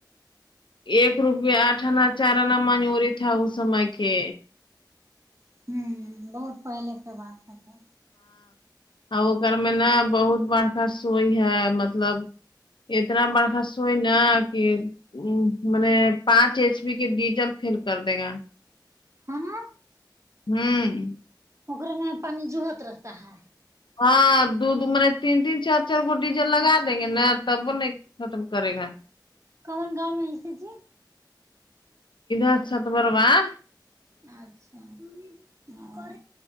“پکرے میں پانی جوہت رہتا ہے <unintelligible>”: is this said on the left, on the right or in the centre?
Right